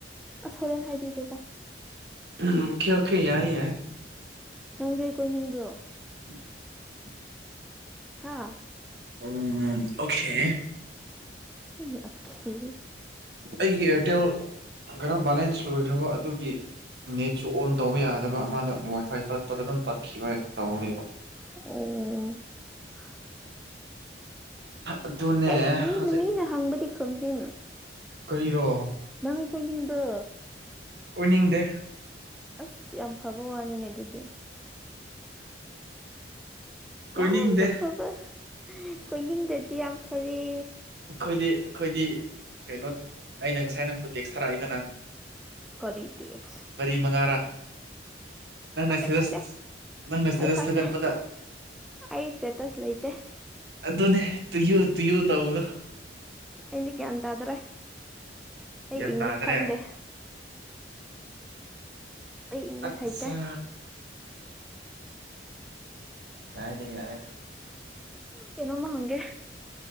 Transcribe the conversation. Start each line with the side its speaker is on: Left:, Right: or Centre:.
Centre: ꯑꯁ ꯍꯣꯔꯦꯟ ꯍꯥꯏꯕꯤꯒꯦꯀꯣ꯫
Right: ꯎꯝ ꯑꯣꯈꯦ ꯑꯣꯈꯦ ꯌꯥꯏ ꯌꯥꯏ꯫
Centre: ꯅꯪꯗꯤ ꯑꯩ ꯀꯣꯏꯅꯤꯡꯕ꯭ꯔꯣ?
Right: <inaudible>
Centre: ꯍꯥ
Right: ꯎꯝ ꯑꯣꯈꯦ꯫
Centre: ꯑꯩ ꯑꯈꯦ꯫
Right: ꯑꯩꯒꯤ ꯑꯦꯌꯥꯔꯇꯦꯜ ꯀꯔꯝ ꯕꯦꯂꯦꯟꯁ ꯂꯣꯏꯈ꯭ꯔꯕ ꯑꯗꯨꯒꯤ꯫ ꯅꯦꯠꯁꯨ ꯑꯣꯟ ꯇꯧꯕ ꯌꯥꯗꯕ ꯑꯃꯗꯅꯦ ꯋꯥꯏꯐꯥꯏ ꯇꯠꯄꯗ ꯑꯗꯨꯝ ꯇꯠꯈꯤꯕ ꯇꯧ ꯂꯩꯕ꯫
Centre: ꯑꯣ
Right: ꯑꯗꯨꯅꯦ
Centre: ꯑꯦ ꯃꯤꯅ
Right: ꯍꯧꯖꯤꯛ
Centre: ꯃꯤꯅ ꯍꯪꯕꯗꯤ ꯈꯨꯝꯗꯦ꯫
Right: ꯀꯔꯤꯔꯣ
Centre: ꯅꯪ ꯑꯩ ꯀꯣꯏꯅꯤꯡꯕ꯭ꯔꯣ꯫
Right: ꯀꯣꯏꯏꯅꯤꯡꯗꯦ꯫
Centre: ꯑꯁ ꯌꯥꯝ ꯐꯕ ꯋꯥꯅꯤꯅꯦ ꯑꯗꯨꯗꯤ꯫
Right: ꯀꯣꯏꯅꯤꯡꯗꯦ
Centre: ꯌꯥꯝꯅ ꯐꯕ ꯀꯣꯏꯅꯤꯡꯗꯗꯤ ꯌꯥꯝ ꯐꯔ꯫
Right: ꯑꯩꯈꯣꯏꯗꯤ ꯑꯩꯈꯣꯏꯗꯤ ꯀꯩꯅꯣ ꯑꯩꯅ ꯉꯁꯥꯏ ꯅꯪꯕꯨ ꯇꯦꯛꯁ ꯊꯥꯔꯛꯏꯗꯅ
Centre: ꯀꯔꯤ ꯗꯤꯛꯁ
Right: ꯃꯔꯤ ꯃꯉꯥꯔꯥ ꯅꯪꯅ
Centre: ꯈꯪꯗꯦ
Right: ꯁꯇꯦꯔꯁ
Centre: ꯈꯪꯗꯦ
Right: ꯅꯪꯅ ꯁꯇꯦꯔꯁ
Centre: ꯑꯩ ꯈꯪꯗꯦ
Right: ꯊꯥꯒꯠꯄꯗ
Centre: ꯑꯩ ꯁꯦꯇꯁ ꯂꯩꯇꯦ꯫
Right: ꯑꯗꯨ ꯑꯗꯨꯣꯅꯦ ꯇꯨ ꯌꯨ ꯇꯨ ꯌꯨ ꯇꯥꯎꯗꯣ꯫
Centre: ꯑꯗꯤ ꯒ꯭ꯌꯥꯟ ꯇꯥꯗ꯭ꯔꯦ ꯑꯩ
Right: ꯒ꯭ꯌꯥꯟ
Centre: ꯏꯪꯂꯤꯁ
Right: ꯇꯥꯗ꯭ꯔꯦ
Centre: ꯈꯪꯗꯦ꯫ ꯑꯩ ꯏꯪꯂꯤꯁ
Right: ꯑꯆꯥ
Centre: ꯍꯩꯇꯦ
Right: ꯌꯥꯏ ꯅ ꯌꯥꯏ꯫
Centre: ꯀꯩꯅꯣꯃ ꯍꯪꯒꯦ꯫